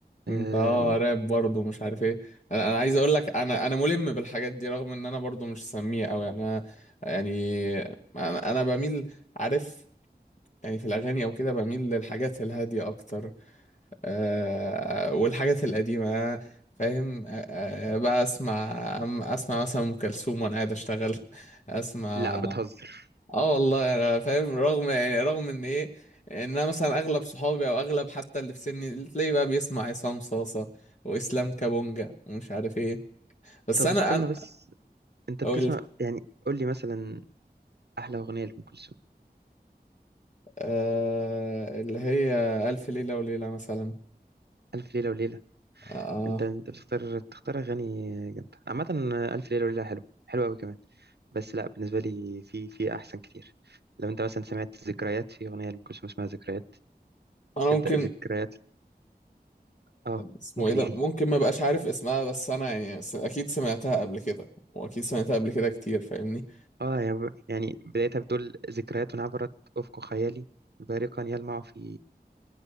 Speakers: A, on the right; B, on the left.
A: أه
B: انت اه راب برضه مش عارف ايه انا أنا عايز اقول لك انا انا ملم بالحاجات دي رغم ان انا برضه مش سميع قوي يعني انا يعني انا أنا بميل عارف يعني في الاغاني او كده بميل للحاجات الهاديه اكتر آه، والحاجات القديمة فاهم آه، آه، بقى اسمع أم- اسمع مثلا ام كلثوم وانا قاعد اشتغل <laughs> اسمع
A: لا بتهزر
B: اه والله انا فاهم رغم يعني رغم ان ايه ان انا مثلا اغلب صحابي او اغلب حتى اللي في سني اللي تلاقيه بقى بيسمع عصام صاصة واسلام كابونجا ومش عارف ايه بس
A: طب
B: انا
A: استنى
B: انا
A: بس انت بتسمع
B: اقول
A: يعني قول لي مثلا احلى اغنيه لام كلثوم
B: آه اللي هي الف ليلة وليلة مثلا
A: الف ليله وليله
B: آه آه،
A: انت انت بتختار بتختار اغاني جامده عامه الف ليله وليله حلو حلو قوي كمان بس لا بالنسبه لي في في احسن كتير لو انت مثلا سمعت ذكريات في اغنيه لام كلثوم اسمها ذكريات بتبدا
B: انا ممكن
A: ذكريات اه
B: اسمه
A: ممكن
B: ايه ده
A: ايه
B: ممكن ما بقاش عارف اسمها بس انا يعني س- اكيد سمعتها قبل كده واكيد سمعتها قبل كده كتير فاهمني
A: اه يعني ب- يعني بدايتها بتقول ذكريات عبرت افق خيالي بارقا يلمع في